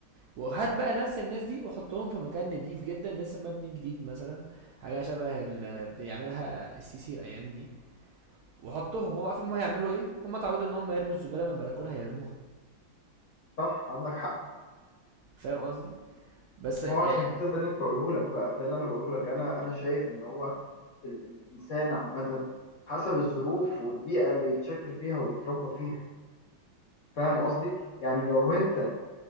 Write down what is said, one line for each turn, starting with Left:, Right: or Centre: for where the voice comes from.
Right: وهات بقى نفس الناس دي وحطهم في مكان نضيف جدا لسه مبني جديد مثلا حاجة شبه اللي بيعملها السيسي الايام دي وحطهم هو عارف هم هيعملوا ايه هم اتعودوا ان هم يرموا الزبالة من البلكونة هيرموها
Left: صح عندك حق
Right: فاهم قصدي بس
Left: ما
Right: يعني
Left: هو عشان كده ده اللي انا بقوله لك بقى ده اللي انا بقوله لك انا انا شايف ان هو ال الانسان عامه حسب الظروف والبيئه اللي بيتشكل فيها وبيتربى فيها فاهم قصدي يعني لو انت